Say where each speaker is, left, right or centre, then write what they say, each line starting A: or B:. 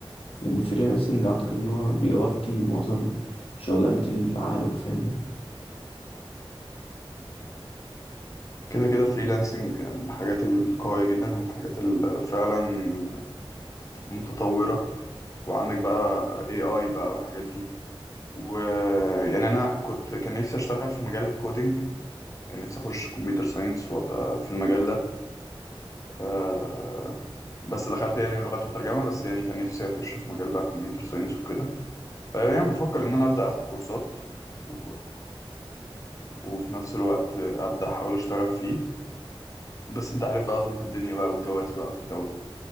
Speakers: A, on the left; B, on the left.
A: لان الفريلانسنج اعتقد ان هو بيغطي معظم شغلانات العالم فاهمني
B: كده كده فريلانسنج من الحاجات القوية جدا ومن الحاجات اللي فعلا متطورة وعندك بقى AI بقى والحاجات دي ويعني أنا كنت كان نفسي أشتغل في مجال الكودينج كان نفسي أخش كمبيوتر ساينس وأبقى في المجال ده آه، بس دخلت يعني لغات وترجمة بس يعني كان نفسي أخش في مجال بقى كمبيوتر ساينس وكده آه، يعني بفكر إن أنا أبدأ أخد كورسات و- وفي نفس الوقت أبدأ أحاول أشتغل فيه بس أنت عارف بقى ظروف الدنيا بقى والجواز بقى وكده